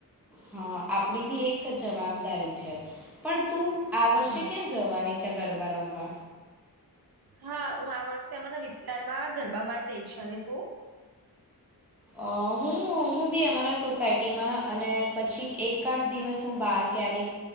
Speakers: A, in the centre; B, on the right.
A: હા આપડી બી એક જવાબદારી છે પણ તું આ વર્ષે
B: હા.
A: ક્યાં જવાની અા ગરબા રમભ
B: હા હું આ વર્ષે અમારા વિસ્તારમાં ગરબામાં જઈશ અને તું
A: અ હું હું બી અમારા સોસાયટી ટીમાં અને પછી એકાદ દિવસ હું બહાર ક્યારેક